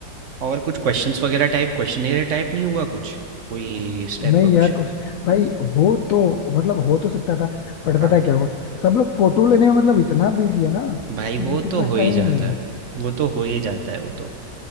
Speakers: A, on the right; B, on the left.
A: और कुछ क्वेश्चंस वगैरह टाइप क्वेश्चनेयर टाइप नहीं हुआ कुछ कोई इस टाइप
B: नहीं
A: का कुछ
B: यार कुछ भाई हो तो मतलब हो तो सकता था बट
A: हाँ
B: पता है क्या हुआ सब लोग फोटो लेने में मतलब इतना बिजी है ना
A: भाई
B: कि
A: वो
B: किसी
A: तो
B: के पास
A: हो ही
B: टाइम
A: जाता
B: ही नहीं है
A: है वो तो हो ही जाता है वो तो